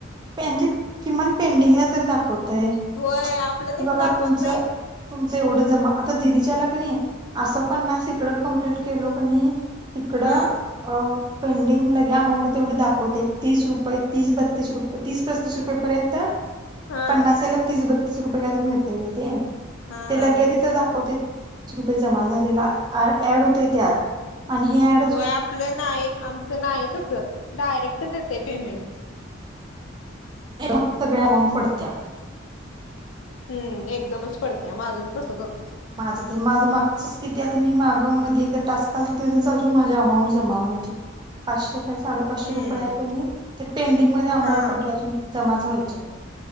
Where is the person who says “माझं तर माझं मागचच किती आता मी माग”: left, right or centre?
Right